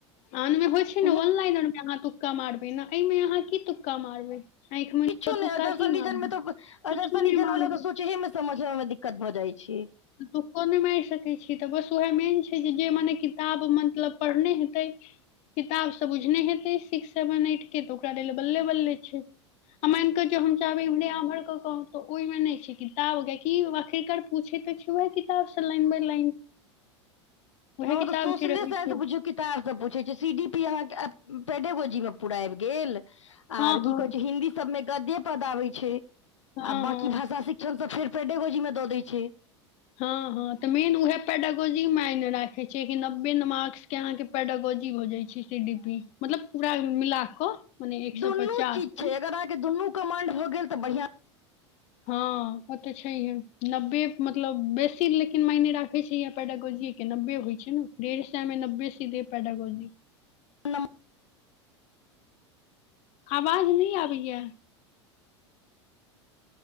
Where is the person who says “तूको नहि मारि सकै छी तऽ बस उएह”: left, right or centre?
Left